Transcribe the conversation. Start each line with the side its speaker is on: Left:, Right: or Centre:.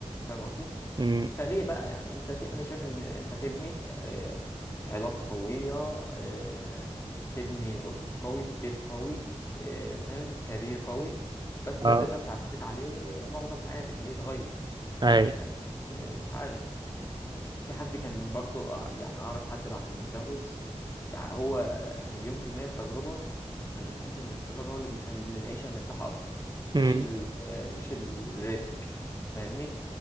Left: فاهم قصدي
Right: امم
Left: فليه بقى يعني انت ت... انا شايف ان انت تبني آه، علاقه قويه آه، تبني اسس قوي في بيت قوي آه، فاهم كارير قوي بس ده
Right: اه
Left: تقدر تعتمد عليه معظم حياتك ليه تغير
Right: أي
Left: فاهم آه، مش عارف في حد كان برضو آه، يعني أعرف حد بعد ما اتجوز يعني هو مليون في المية التجربة بتخليك تحس إن الاستقرار هو اللي بيخلي العيشة مرتاحة أكتر مش
Right: امم
Left: ال آه، مش الريسك فاهمني